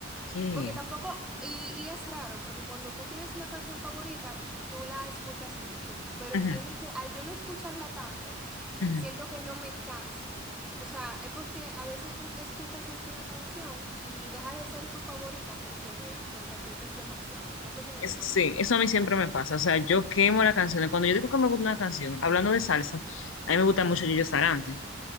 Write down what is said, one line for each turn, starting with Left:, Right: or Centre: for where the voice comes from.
Left: ¿Qué?
Centre: Porque tampoco, y, y es raro, porque cuando tú tienes una canción favorita, tú la escuchas mucho, pero
Left: Ujú,
Centre: entiendo que al yo no escucharla tanto,
Left: ujú.
Centre: siento que no me canso. O sea, es porque a veces tú escuchas mucho una canción y deja de ser tu favorita porque la repites demasiado. No sé si me
Left: Es-
Centre: entiendes.
Left: sí, eso a mí siempre me pasa. O sea, yo quemo las canciones. Cuando yo digo que me gusta una canción, hablando de salsa, a mí me gusta mucho Gillo Sarante.